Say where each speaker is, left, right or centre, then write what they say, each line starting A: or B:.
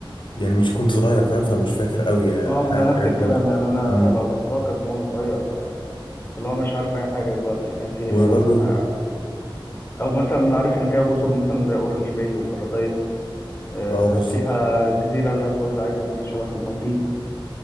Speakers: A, on the left; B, on the left.
A: يعني مش كنت صغير فاهم فمش فاكر قوي آه،
B: أه
A: ح-
B: ما أنا
A: حاجات
B: نفس الكلام
A: منها
B: يعني أنا
A: امم
B: لو رحتها كانت وأنا صغير فاللي هو مش عارف أي حاجة دلوقتي هناك فيها
A: وبرضه
B: يعني آه، أو مثلا عارف إن فيها جزر مثلا زي أورنج باي وبارادايس آه،
A: اه بالظبط
B: فيها جزيرة اللي هي الطويل آيلاند دي شبه المالديف